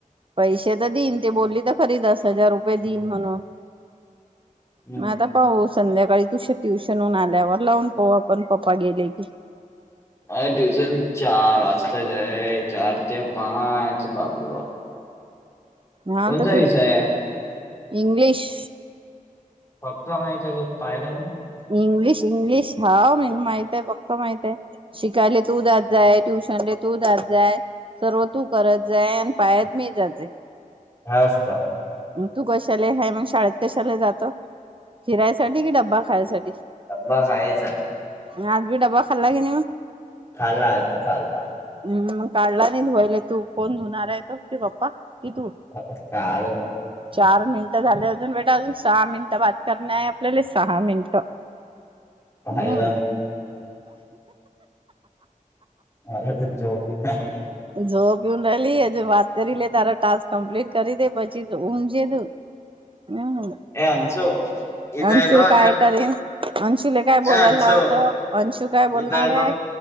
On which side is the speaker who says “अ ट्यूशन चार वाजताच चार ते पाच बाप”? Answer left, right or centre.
Left